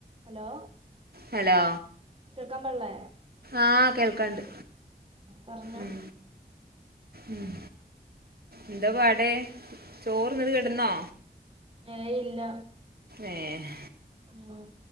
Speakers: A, on the right; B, on the right.
A: Hello,
B: hello,
A: കേൾക്കാൻ പാട്ള്ളേ.
B: ആഹ് കേൾക്കാണ്ട്
A: പറഞ്ഞോ
B: ഉം ഉം എന്താ പാട് ചോറ്ന്നത് കെട്ന്നോ
A: ഏയ് ഇല്ല.
B: ഏഹ്
A: ഉം